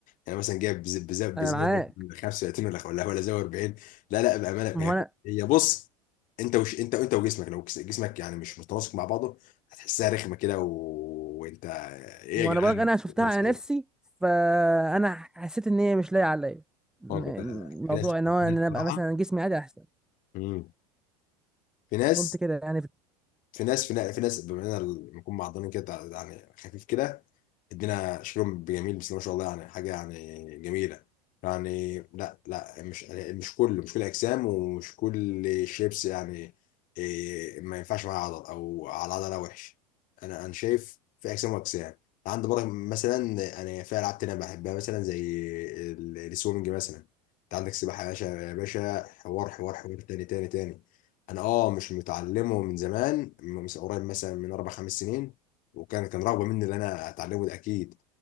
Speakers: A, on the left (about 40°); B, in the centre.
A: يعني مثلا جايب بز- بز- بزاويه
B: انا معاك
A: 35 ولا ولا ولا زاويه 40 لا لا بامانه
B: ما هو
A: هي
B: انا
A: هي بص انت وش انت انت وجسمك لو جس- جسمك يعني مش متناسق مع بعضه هتحسها رخمه كده و- وانت ايه
B: ما
A: يا جدعان
B: انا بقولك انا شفتها
A: <laughs>
B: على نفسي فانا حسيت ان هي مش لايقه عليا م-
A: لا لا لا
B: موضوع
A: في ناس
B: ان
A: في
B: هو ان
A: ناس بصراحه
B: انا ابقى مثلا جسمي عادي احسن
A: مم. في ناس
B: قلت كده يعني
A: في ناس في ناس, في ناس بما اننا بنكون معضلين كده تع- يعني خفيف كده ادينا شكلهم بجميل بس ما شاء الله يعني حاجه يعني جميله يعني لا لا مش مش كله مش كل اجسام ومش كل شيبس يعني إيه ما ينفعش معاه عضل او على عضله وحش انا انا شايف في اجسام واجسام عندي برضه مثلا انا في العاب تانية بحبها مثلا زي ال- السويمنج مثلا انت عندك سباحه يا باشا يا باشا حوار حوار حوار تاني تاني تاني انا اه مش متعلمه من زمان من قريب مثلا من اربع خمس سنين وكان كان رغبه مني ان انا اتعلمه ده اكيد